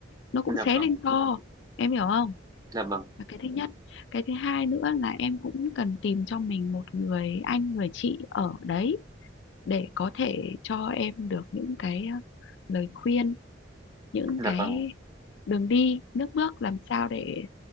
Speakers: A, on the left; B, on the right.
A: nó cũng
B: dạ
A: xé
B: vâng
A: lên to em hiểu không
B: dạ vâng
A: là cái thứ nhất cái thứ hai nữa là em cũng cần tìm cho mình một người anh người chị ở đấy để có thể cho em được những cái ờ, lời khuyên những
B: dạ
A: cái
B: vâng
A: đường đi nước bước làm sao để